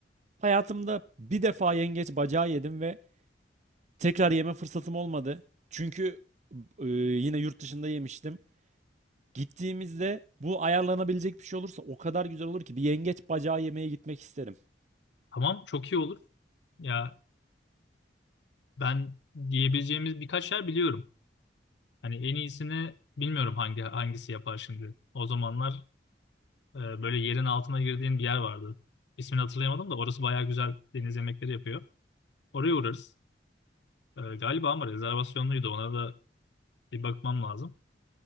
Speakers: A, on the right; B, on the left.
A: Hayatımda bir defa yengeç bacağı yedim ve tekrar yeme fırsatım olmadı. Çünkü e, yine yurt dışında yemiştim. Gittiğimizde bu ayarlanabilecek bir şey olursa o kadar güzel olur ki bir yengeç bacağı yemeye gitmek isterim.
B: Tamam çok iyi olur. Ya ben diyebileceğimiz birkaç yer biliyorum. Hani en iyisini bilmiyorum hangi hangisi yapar şimdi. O zamanlar Ee, böyle yerin altına girdiğim bir yer vardı. İsmini hatırlayamadım da orası bayağı güzel deniz yemekleri yapıyor. Oraya uğrarız. Ee, galiba ama rezervasyonluydu. Ona da bir bakmam lazım.